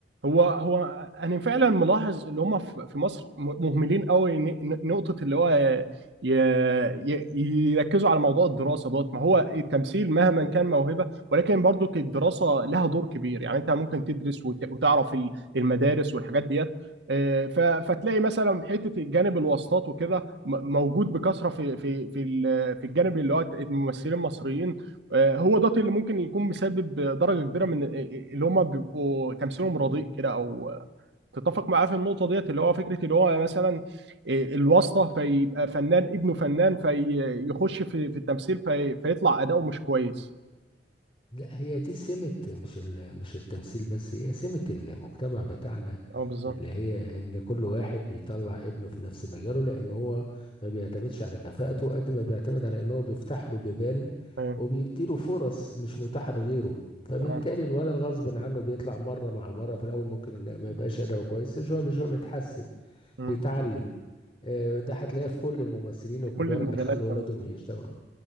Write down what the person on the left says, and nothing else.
لا هي دي سمة مش ال- مش التمثيل بس هي سمة المجتمع بتاعنا
اللي هي ان كل واحد بيطلع ابنه في نفس مجاله لان هو ما بيعتمدش على كفاءته قد ما بيعتمد على ان هو بيفتح له بيبان
وبيديله فرص مش متاحة لغيره فبالتالي
الولد غصب عنه بيطلع مرة مع مرة في الاول ممكن ان ما يبقاش اداؤه كويس شوية بشوية بيتحسن
بيتعلم آه، ده هتلاقيه في كل الممثلين
الكبار
اللي خلوا ولادهم
يشتغلوا